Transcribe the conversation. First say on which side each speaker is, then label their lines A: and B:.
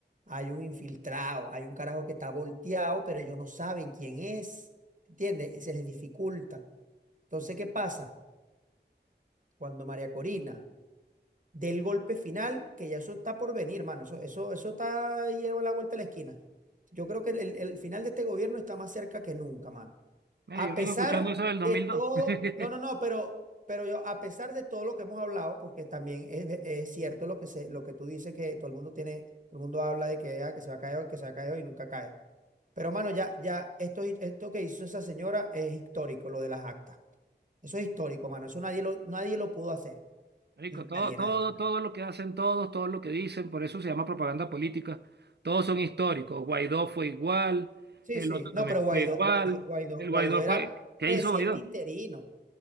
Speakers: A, on the right; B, on the right.
A: hay un infiltrado, hay un carajo que está volteado, pero ellos no saben quién es, ¿entiendes? Se les dificulta. Entonces, ¿qué pasa? Cuando María Corina del golpe final, que ya eso está por venir, mano, eso, eso, eso está ahí a la vuelta de la esquina. Yo creo que el el- el final de este gobierno está más cerca que nunca, mano.
B: Mira,
A: A
B: yo
A: pesar
B: vengo escuchando eso del
A: de
B: 2002.
A: todo,
B: <laughs>
A: no, no, no, pero, pero yo, a pesar de todo lo que hemos hablado, porque también es, es cierto lo que se, lo que tú dices, que todo el mundo tiene, todo el mundo habla de que, ah, que se va a caer hoy, que se va a caer hoy y nunca cae. Pero mano, ya, ya, esto, es- esto que hizo esa señora es histórico, lo de las actas. Eso es histórico, mano. Eso nadie lo, nadie lo pudo hacer.
B: Rico,
A: Nadie,
B: todo, todo,
A: nadie, nadie.
B: todo lo que hacen todos, todo lo que dicen, por eso se llama propaganda política. Todos son históricos. Guaidó fue igual,
A: Sí,
B: el
A: sí.
B: otro también
A: No, pero Guaidó,
B: fue igual.
A: Guaidó, Guaidó,
B: El
A: Guaidó
B: Guaidó
A: era
B: fue. ¿Qué
A: presidente
B: hizo Guaidó?
A: interino.